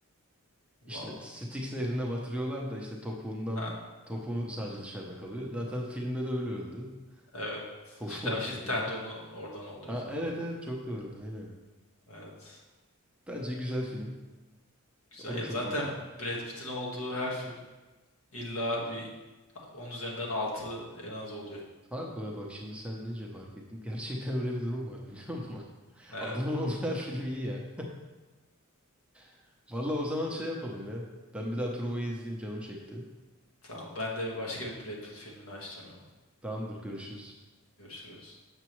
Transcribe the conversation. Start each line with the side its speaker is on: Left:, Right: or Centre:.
Left: vallahi.
Centre: İşte Styx nehrine batırıyorlar da işte topuğundan
Left: Ha,
Centre: topuğunu sadece dışarıda kalıyor. Zaten filmde de öyle öldü.
Left: evet.
Centre: <laughs> Topuğundan
Left: İşte Achilles
Centre: yakında.
Left: tendonu oradan oluyor
Centre: Ha,
Left: falan.
Centre: evet evet çok doğru aynen.
Left: Evet,
Centre: Bence güzel film.
Left: güzel.
Centre: O da
Left: Ya
Centre: çok
Left: zaten
Centre: iyi bir filmdi.
Left: Brad Pitt'in olduğu her film illa bir 10 üzerinden 6 en az oluyor.
Centre: Harbi ha, bak şimdi sen deyince fark ettim. Gerçekten öyle bir durum var biliyor musun? <laughs>
Left: Evet,
Centre: Adamın olduğu her film iyi ya. <laughs> Valla o zaman şey yapalım ya. Ben bir daha Truva'yı izleyeyim canım çekti.
Left: tamam. Ben de başka bir Brad Pitt filmini açacağım hemen.
Centre: Tamamdır görüşürüz.
Left: Görüşürüz.